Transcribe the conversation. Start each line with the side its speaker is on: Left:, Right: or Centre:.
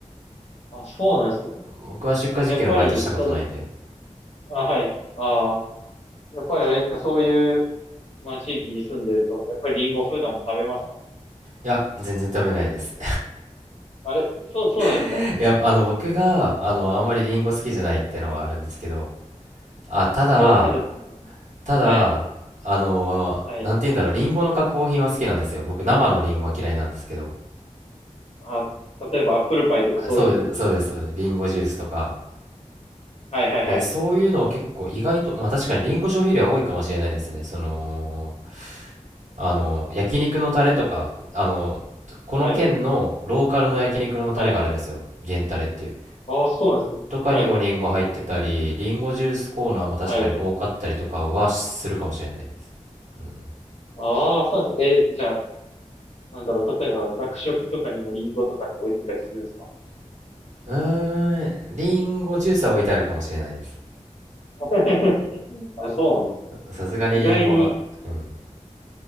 Left: あ、そうなんですね。
Right: 僕は出荷時期のバイトしたことないんで。
Left: やっぱり、その、あ、はい。ああ、やっぱりあれですか、そういう、まあ、地域に住んでると、やっぱりリンゴ普段も食べますか
Right: いや、全然食べれないです。
Left: あれ、そう、そうなんですか
Right: <laughs> いや、あの、僕が、あの、あんまりリンゴ好きじゃないってのはあるんですけど、
Left: はい。
Right: あ、ただ、
Left: そうなんですか
Right: ただ、
Left: はい。
Right: あのーなんて言うんだろう、
Left: はい。
Right: リンゴの加工品は好きなんですよ。僕、生のリンゴは嫌いなんですけど。
Left: あ、例えばアップルパイとかそういう。
Right: あそうです、そうです。リンゴジュースとか。
Left: はいはいはい。
Right: で、そういうのは結構意外と、まあ確かにリンゴ消費量は多いかもしれないですね。その、あの、焼肉のタレとか、あの、この県のローカルの焼肉のタレがあるんですよ。
Left: はい。はい。
Right: 源タレっていう。
Left: ああ、そうなんですね。
Right: とかにもリンゴ入ってたり、
Left: はい。
Right: リンゴジュースコーナーも確かに多かったりとかはするかもしれないです。
Left: はい。
Right: うん
Left: ああ、そうなんです。え、じゃあ、なんだろう、例えば学食とかにもリンゴとかって置いてたりするんですか
Right: うーん、リンゴジュースは置いてあるかもしれないです。
Left: <laughs> あ、そうなんですね。
Right: さすがにリンゴは、
Left: 意外に、
Right: うん、